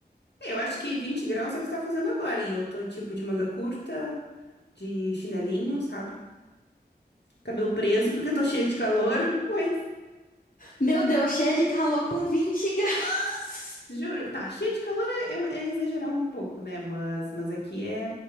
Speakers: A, on the left; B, on the left.
A: Eu acho que 20 graus é o que tá fazendo agora, e eu tô tipo de manga curta, de chinelinho, sabe? Cabelo preso, porque eu tô cheia de calor, <laughs> pois,
B: Meu Deus, cheia de calor com 20 <laughs> graus.
A: juro. Tá, cheia de calor é, é- é exagerar um pouco, né? Mas, mas aqui é.